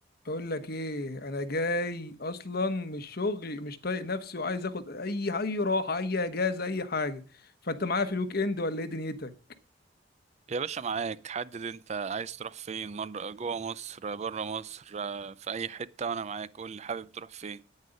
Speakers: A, on the left; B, on the right.
A: بقول لك ايه انا جاي اصلا من الشغل مش طايق نفسي وعايز اخد اي اي راحه اي اجازه اي حاجه فانت معايا في الويك اند ولا ايه دنيتك
B: يا باشا معاك حدد انت عايز تروح فين مرة جوه مصر بره مصر آه، في اي حتة وانا معاك قول لي حابب تروح فين